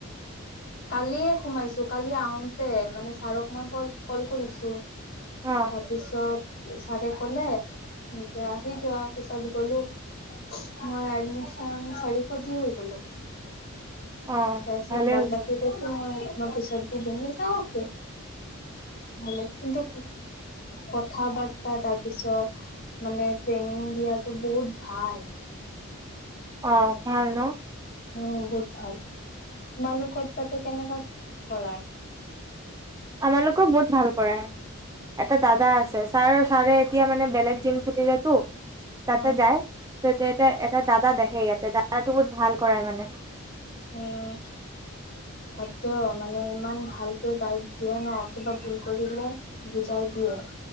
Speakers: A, on the left; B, on the right.
A: কালিয়ে সোমাইছো কালি আহোতে মানে ছাৰক মই কল কল কৰিছো
B: অ
A: তাৰপিছত ছাৰে ক'লে এতিয়া আহি যোৱা পিছত গলো মই এডমিশন চাৰিশ দি হৈ গলো।
B: অ
A: তাৰপিছত
B: ভালে
A: বাদ
B: হৈছে।
A: বাকী কৈছো মই পিছত দি দিম যাওকে ভ কিন্তু কথা বাৰ্তা তাৰপিছত মানে ট্ৰেইনিং দিয়াটো বহুত ভাল।
B: অ ভাল ন।
A: উম বহুত ভাল। তোমালোকৰ তাতে কেনেকা কৰায়?
B: আমালোকক বহুত ভাল কৰাই এটা দাদা আছে, ছাৰ ছাৰে এতিয়া মানে বেলেগ জিম খেলিলেতো। তাতে
A: অ
B: যায় ত এতিয়া এতিয়া এটা দাদা দেখে ইয়াত। তে তাৰ বহুত ভাল কৰাই মানে।
A: ওম তত্তেও, মানে ইমান ভালকে গাইড দিয়ে ন, কিবা ভুল কৰিলে বুজাই দিয়ে।